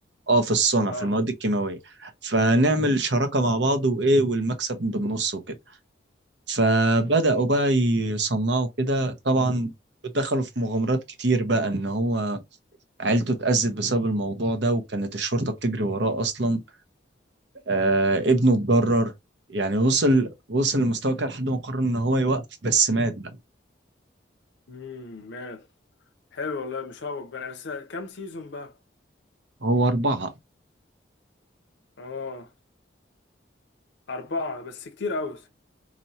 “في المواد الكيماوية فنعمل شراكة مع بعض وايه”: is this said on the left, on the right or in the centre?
Right